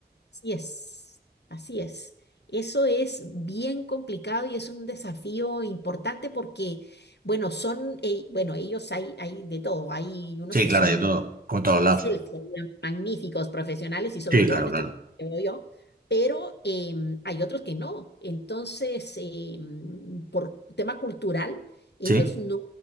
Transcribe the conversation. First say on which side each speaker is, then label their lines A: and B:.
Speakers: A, on the left (about 70°); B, on the right (about 50°).
A: así es, así es. Eso es bien complicado y es un desafío importante porque, bueno, son, eh, bueno, ellos hay, hay de todo. Hay unos
B: Sí,
A: que
B: claro,
A: son
B: de todo, con todos
A: excelsos,
B: lados.
A: magníficos profesionales y sobre
B: Sí,
A: todo
B: claro,
A: en esto
B: claro.
A: que veo yo, pero em, hay otros que no. Entonces, em, por tema cultural, ellos
B: Sí.
A: no